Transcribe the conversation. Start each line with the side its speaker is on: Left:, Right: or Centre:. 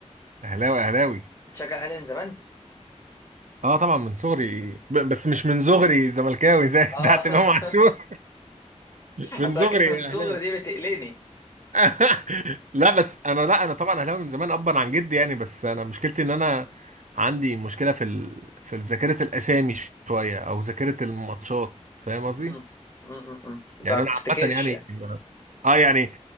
Right: اهلاوي اهلاوي
Left: بتشجع الاهلي من زمان
Right: اه طبعا من صغري ب- بس مش من صغري زملكاوي زي <laughs>
Left: اه
Right: بتاعت
Left: <laughs>
Right: امام عاشور من
Left: اصل
Right: صغري
Left: أنا كلمه من صغري
Right: اهلاوي
Left: دي بتقلقني
Right: <laughs> لا بس انا لا انا طبعا اهلاوي من زمان ابا عن جدي يعني بس انا مشكلتي ان انا عندي مشكله في ال... في ذاكره الاسامي شويه او ذاكره الماتشات فاهم قصدي
Left: امم امم امم انت
Right: يعني
Left: ما بتفتكرش
Right: انا عامه يعني
Left: يعني
Right: اه يعني